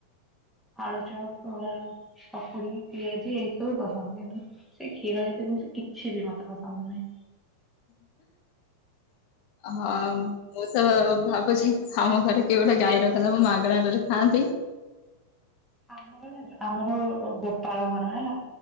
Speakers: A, in the centre; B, on the left.
A: ଆଳୁଚପ, ପକୁଡି, ପିଆଜି, ଏଇ ସବୁ ପସନ୍ଦ କିନ୍ତୁ ସେ କ୍ଷୀର ରେ ତିଆରି ଜିନିଷ କିଛି ବି ମତେ ପସନ୍ଦ ନାହିଁ।
B: ହମ୍। ମୁଁ ତ ଭାବୁଛି ଆମ ଘରେ କିଏ ଗୋଟେ ଗାଈ ରଖନ୍ତା ମୁଁ ମାଗଣାଟାରେ ଖାଆନ୍ତି।
A: ଆମର ଜାଣିଛ ଆମର ଗୋପାଳ ଘର ହେଲା